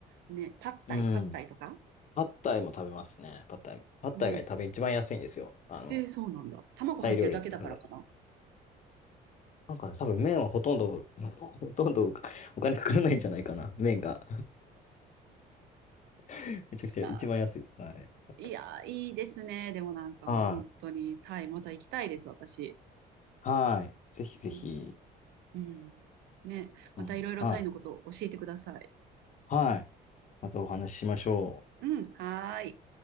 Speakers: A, on the right; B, on the left.
A: ん。ね、パッタイ、
B: うん。
A: パッタイとか
B: パッタイも食べますね。パッタイ。パッタイが多分一番安いんですよ。
A: ね。
B: あの、
A: へえ、そうなんだ。卵入ってるだけだからかな。
B: タイ料理の中で。なんかね、多分麺はほとんど、<laughs> ほとんどお金かからないんじゃないかな。麺が。<laughs> めちゃくちゃ一番安いです。
A: いや、
B: はい。パッタイ
A: いや、いいですね。でもなんかもう本当にタイ、
B: はい。
A: また行きたいです、私。
B: はい。ぜひぜひ。
A: うん、うん。ね、またいろいろタイのことを教えてください。
B: うんはい。はい。またお話ししましょう。
A: うん、はーい。